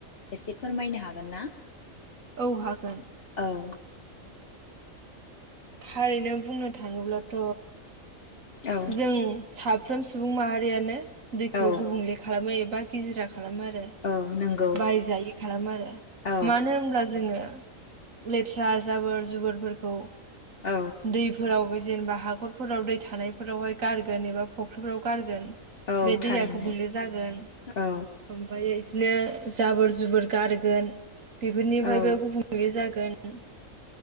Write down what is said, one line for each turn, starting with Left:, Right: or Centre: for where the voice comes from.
Left: एसे फोरमायनो हागोन ना?
Right: औ हागोन
Left: औ
Right: थारैनो बुंनो थाङोब्लाथ
Left: औ
Right: जों साब फ्रोम सुबुं माहारियानो दैखौ
Left: औ
Right: गुबुंले खालामो बा गिज्रा खालामो आरो
Left: औ नंगौ
Right: बायजायि खालामो आरो
Left: औ
Right: मानो होनब्ला जोङो लेथ्रा जाबोर जुबोरफोरखौ
Left: औ
Right: दै फोराव जेनेबा हाखरफोराव दै थानायफोरावहाय गारगोन एबा फुख्रिफोराव गारगोन
Left: औ
Right: बे
Left: थारैनो
Right: दैया गुबुंले जागोन
Left: औ
Right: ओमफ्राय बिदिनो जाबोर जुबोर गारगोन बेफोरनिफ्रायबो
Left: औ
Right: गुबुंले जागोन <unintelligible>